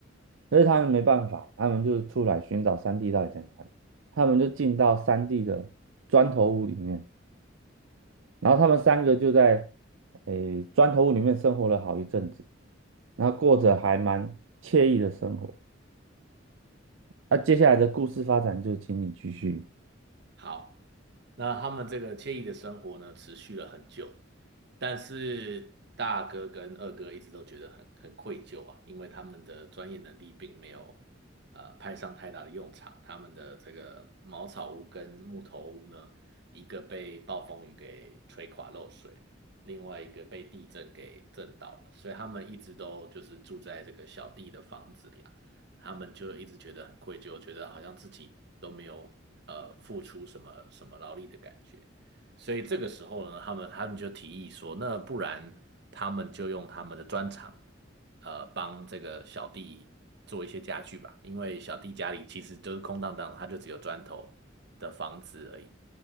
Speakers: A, on the right; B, on the right.
A: 可是他们没办法，他们就出来寻找三弟到底在哪里。他们就进到三弟的砖头屋里面，然后他们三个就在诶砖头屋里面生活了好一阵子，然后过着还蛮惬意的生活。那、啊接下来的故事发展就请你继续。
B: 好。那他们这个惬意的生活呢，持续了很久，但是大哥跟二哥一直都觉得很很愧疚啊，因为他们的专业能力并没有呃派上太大的用场，他们的这个茅草屋跟木头屋呢，一个被暴风雨给吹垮漏水，另外一个被地震给震倒了，所以他们一直都就是住在这个小弟的房子里啊。他们就一直觉得很愧疚，觉得好像自己都没有呃付出什么什么劳力的感觉。所以这个时候呢，他们他们就提议说，那不然他们就用他们的砖厂，呃，帮这个小弟做一些家具吧，因为小弟家里其实都是空荡荡的，他就只有砖头的房子而已。